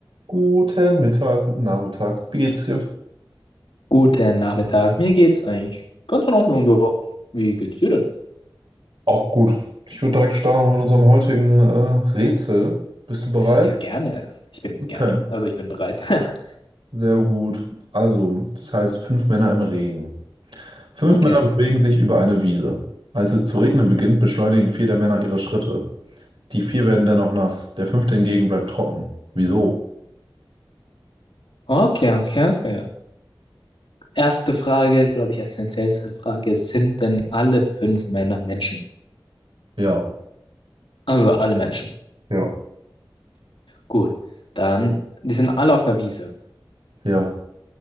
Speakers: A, on the right; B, on the left.
A: Guten Mittag, guten Nachmittag. Wie geht's dir?
B: Guten Nachmittag, mir geht's eigentlich ganz in Ordnung, ja. Wie geht's dir denn?
A: Auch gut. Ich würde direkt starten mit unserem heutigen äh, Rätsel. Bist du bereit?
B: Ja, gerne. Ich bin
A: Okay,
B: gern, also ich bin bereit. <laughs>
A: sehr gut. Also, das heißt fünf Männer im Regen. Fünf
B: Okay,
A: Männer bewegen sich über eine Wiese. Als es zu regnen beginnt, beschleunigen vier der Männer ihre Schritte. Die vier werden dennoch nass. Der fünfte hingegen bleibt trocken. Wieso?
B: okay, okay, okay. Erste Frage, glaube ich, essentiellste Frage. Sind denn alle fünf Männer Menschen?
A: Ja,
B: Also alle Menschen.
A: ja,
B: Gut, dann, die sind alle auf einer Wiese.
A: ja.